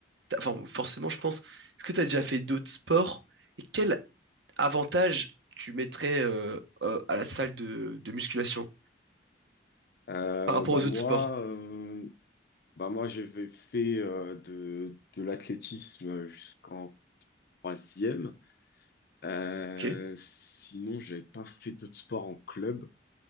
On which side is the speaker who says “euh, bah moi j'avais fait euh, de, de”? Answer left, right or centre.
Left